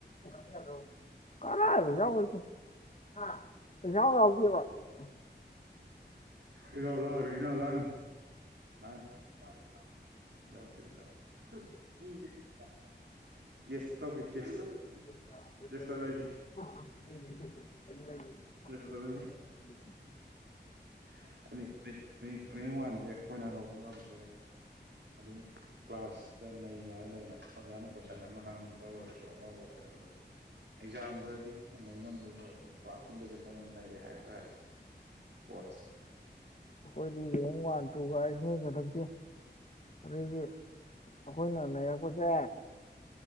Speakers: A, on the left (about 40°); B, on the right (about 75°).
A: <inaudible> <unintelligible>
B: ꯏ ꯂꯧ <unintelligible> <inaudible> ꯌꯥꯎꯗꯦ ꯄꯁꯥ <inaudible> ꯃꯤ <unintelligible> ꯀꯦꯁꯇ ꯇꯧꯒꯦ ꯀꯦꯁꯇ
A: <unintelligible>
B: ꯀꯦꯁꯇ ꯂꯩꯒꯦ ꯀꯦꯁꯇ ꯂꯩꯒꯦ <unintelligible> ꯔꯦꯡ ꯋꯥꯟꯁꯦ ꯑꯈꯣꯏꯅ ꯂꯧꯕ ꯉꯝꯗ꯭ꯔꯒꯁꯨ ꯑꯗꯨꯝ ꯀ꯭ꯂꯥꯁꯇ ꯅꯩꯕ ꯍꯥꯏꯅ ꯂꯩꯅ ꯑꯣꯖꯥꯅ ꯀꯣꯏꯁꯟ ꯑꯃ ꯍꯪꯕꯗ ꯑꯣꯏꯔꯁꯨ ꯑꯃꯕꯨ ꯑꯣꯏꯔꯁꯨ ꯑꯗꯨꯝ ꯑꯦꯛꯖꯥꯝꯗꯗꯤ ꯀꯟꯅ ꯅꯩ ꯉꯝꯗ꯭ꯔꯁꯨ ꯑꯗꯨꯝ ꯀ꯭ꯂꯥꯁ ꯔꯨꯝꯗꯗꯤ ꯑꯩꯈꯣꯏꯅ ꯅꯩꯌꯦ ꯍꯥꯏ ꯇꯥꯔꯦ ꯑꯣꯁ <unintelligible>
A: ꯑꯩꯈꯣꯏꯗꯤ ꯔꯦꯡ ꯋꯥꯟ ꯇꯨꯒꯥꯏ ꯁꯨꯡꯑꯟ ꯆꯟꯂꯛꯇꯦ ꯑꯗꯒꯤ ꯑꯩꯈꯣꯏꯅ ꯅꯩꯔꯛꯄꯁꯦ